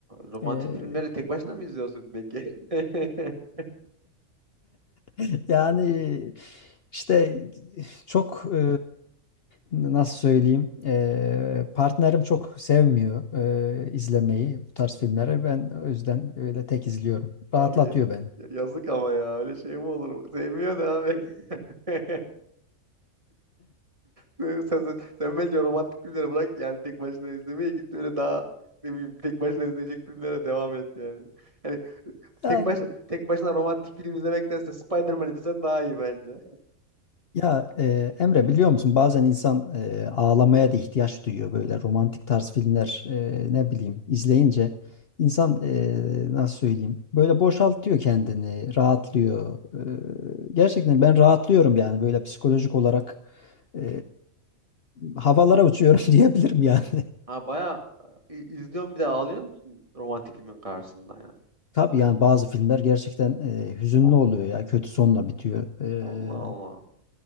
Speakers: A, on the right (about 25°); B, on the left (about 50°).
A: romantik
B: E,
A: filmleri tek başına mı izliyorsun peki? <laughs>
B: <laughs> yani işte çok e, nasıl söyleyeyim e, partnerim çok sevmiyor e, izlemeyi bu tarz filmleri ben o yüzden öyle tek izliyorum
A: Abi
B: rahatlatıyor
A: ya-
B: beni.
A: yazık ama ya öyle şey mi olur? Sevmiyor da abi. <laughs> Sen, sen, sen bence romantik filmleri bırak yani tek başına izlemeye git öyle daha ne bileyim tek başına izleyecek filmlere devam et yani. Yani
B: Yani
A: tek başına tek başına romantik film izlemektense Spider-Man izlesen daha iyi bence.
B: Ya e, Emre biliyor musun bazen insan e, ağlamaya da ihtiyaç duyuyor böyle romantik tarz filmler e, ne bileyim izleyince insan e, nasıl söyleyeyim böyle boşaltıyor kendini rahatlıyor. E, gerçekten ben rahatlıyorum yani böyle psikolojik olarak e, havalara uçuyorum <laughs> diyebilirim yani.
A: Ha bayağı e, izliyorsun bir de ağlıyor musun romantik filmin karşısında yani?
B: Tabii yani bazı filmler gerçekten e, hüzünlü
A: O,
B: oluyor ya kötü sonla bitiyor.
A: Allah Allah.
B: E,